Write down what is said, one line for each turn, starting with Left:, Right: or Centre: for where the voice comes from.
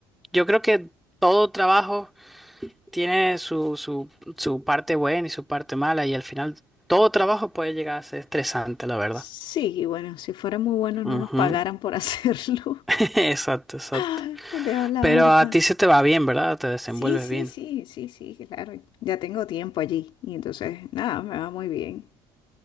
Centre: Yo creo que todo trabajo tiene su, su, su parte buena y su parte mala y al final todo trabajo puede llegar a ser estresante, la verdad.
Left: Sí, y bueno, si fuera muy bueno no
Centre: Ujú.
Left: nos pagaran por hacerlo,
Centre: <laughs> Exacto, exacto.
Left: <laughs> de la
Centre: Pero
Left: verdad.
Centre: a ti se te va bien, ¿verdad? Te desenvuelves
Left: Sí, sí,
Centre: bien.
Left: sí, sí, sí, claro. Ya tengo tiempo allí y entonces, nada, me va muy bien.